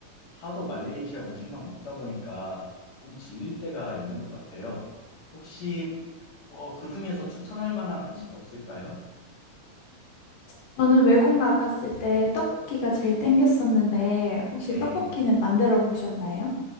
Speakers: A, on the left; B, on the left.
A: 하도 말레이시아 음식만 먹다 보니까 좀 질릴 때가 있는 것 같아요. 혹시 어, 그 중에서 추천할 만한 한식 없을까요?
B: 저는 외국 나갔을 때 떡볶이가 제일 땡겼었는데, 혹시
A: 네.
B: 떡볶이는 만들어 보셨나요?